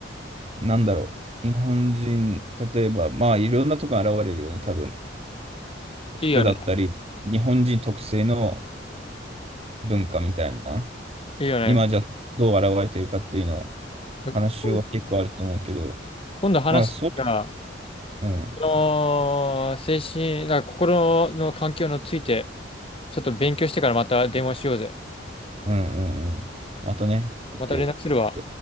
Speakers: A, on the right; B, on the left.
A: なんだろう。日本人、例えば、まあいろんなとこに現れるよね、多分。服だったり、
B: いいよね。
A: 日本人特性の、文化みたいな、
B: いいよね。
A: 今じゃどう現れてるかっていうの、
B: でこ
A: 話は結構あると思うけど、
B: 今度話が、
A: なんかそう、うん、
B: この精神、なんか心の環境について、ちょっと勉強してからまた電話しようぜ。
A: うん、うん、うん。またね、OK。
B: また連絡するわ。